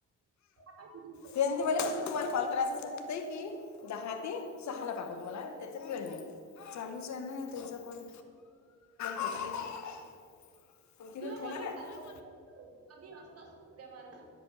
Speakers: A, on the right (about 50°); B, on the left (about 65°).
A: हवाटंती <unintelligible>
B: ते म्हणते मले तुम्हाला कॉल करायचं असलान ताई की दहा ते सहा नका करूं मला त्यांच्यात वेळ नाहीं चालूच त्याणा पणं तिचं <unintelligible> पणं तिण
A: तुला
B: ठेवला
A: कोण विचारतं?
B: कायं.
A: कधी असतंच उद्या मारण